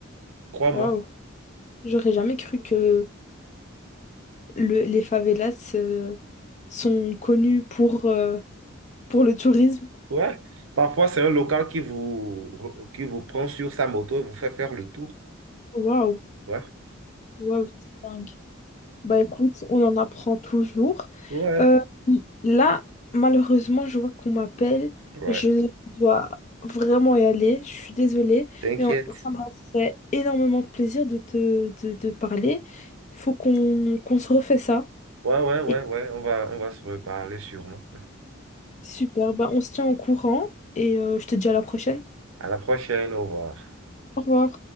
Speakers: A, on the right; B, on the left.
A: Trois mois.
B: Waouh! J'aurais jamais cru que le- les favelas euh, sont connues pour, euh, pour le tourisme.
A: Ouais. Parfois, c'est un local qui vous, qui vous prend sur sa moto et vous fait faire le tour.
B: Waouh,
A: Ouais.
B: waouh, c'est dingue. Bah écoute, on en apprend toujours.
A: Ouais.
B: Euh, là, malheureusement, je vois qu'on m'appelle.
A: Ouais.
B: Je dois vraiment y aller. Je suis désolée,
A: T'inquiète.
B: mais on- ça m'a fait énormément de plaisir de te de, de parler. Il faut qu'on qu'on se refait ça.
A: Ouais, ouais, ouais,
B: Et
A: ouais. On va, on va se reparler sûrement.
B: super, bah on se tient au courant et euh, je te dis à la prochaine.
A: À la prochaine. Au revoir.
B: Au revoir.